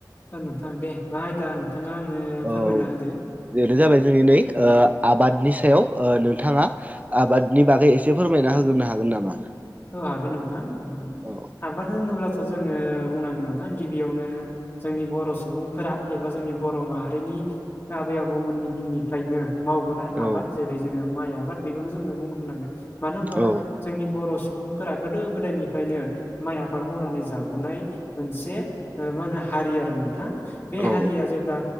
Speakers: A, on the left; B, on the right.
A: औ नोंथां दे मा आयदा नोंथाङा आंनो
B: औ
A: फोरमायना होदो
B: बेनो जाबाय जोंनि नै ओ आबादनि सायाव नोंथाङा आबादनि बागै एसे फोरमायना होग्रोनो हागोन नामा
A: औ हागोन नोंथां
B: औ
A: आबाद होनोब्लाथ' जोङो बुंनांगोन नोंथां गिबियावनो जोंनि बर' सुबुंफोरा एबा जोंनि बर' माहारिनि आबै आबौमोननि दिननिफ्रायनो मावबोनाय आबाद
B: औ
A: जेरै जोङो माइ आबाद बेखौनो जोङो बुंनांगोन मानो होनब्ला
B: औ
A: जोंनि बर' सुबुंफोरा गोदो गोदायनिफ्रायनो माइ आबाद मावनानै जाबोनाय मोनसे ओ मा होनो हारि आरो नोंथां बे
B: औ
A: हारिया जेब्ला